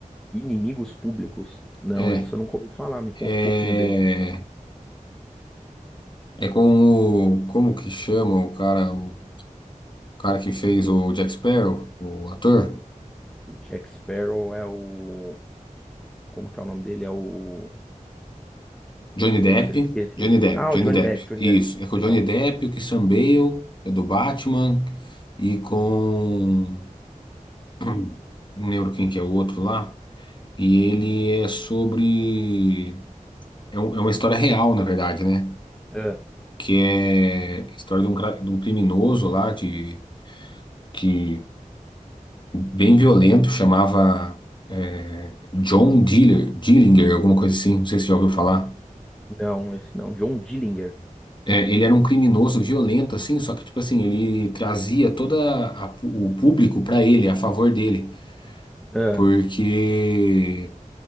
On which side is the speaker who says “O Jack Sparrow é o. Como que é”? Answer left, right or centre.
Centre